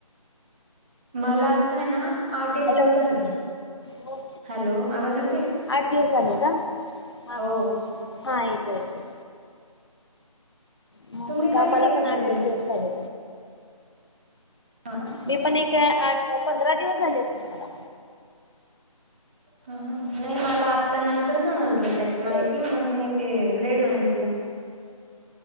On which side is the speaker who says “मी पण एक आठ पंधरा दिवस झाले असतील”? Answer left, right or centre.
Left